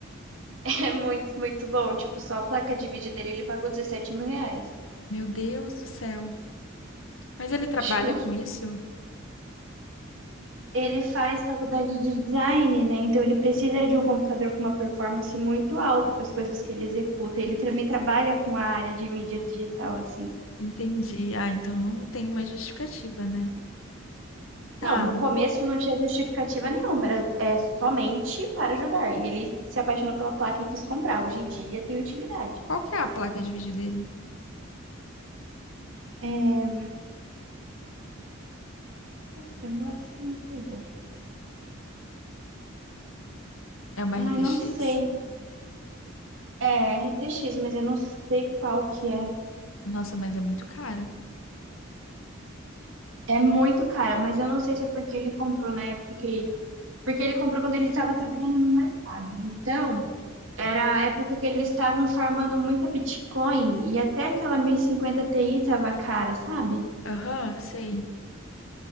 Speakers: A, on the right (about 70°); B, on the left (about 80°).
A: <laughs> é muito, muito bom. Tipo, só a placa de vídeo dele, ele pagou 17 mil reais.
B: Meu Deus do céu. Mas ele trabalha
A: <laughs>
B: com isso?
A: Ele faz faculdade de design, né? Então ele precisa de um computador com uma performance muito alta para as coisas que ele executa. Ele também trabalha com a área de mídia digital, assim.
B: Entendi. Ah, então tem uma justificativa, né? Tá.
A: Não, no começo não tinha justificativa nenhuma, era é, somente para jogar. E ele se apaixonou pela placa e quis comprar. Hoje em dia tem utilidade.
B: Qual que é a placa de vídeo dele?
A: É... Puta, agora você me pegou.
B: É uma
A: Ai,
B: RTX?
A: não sei. É RTX, mas eu não sei qual que é.
B: Nossa, mas é muito cara.
A: É muito cara, mas eu não sei se é porque ele comprou na época que Porque ele comprou quando ele estava trabalhando no mercado. Então, era a época que eles estavam farmando muita Bitcoin e até aquela 1050 Ti estava cara, sabe?
B: Aham, sei.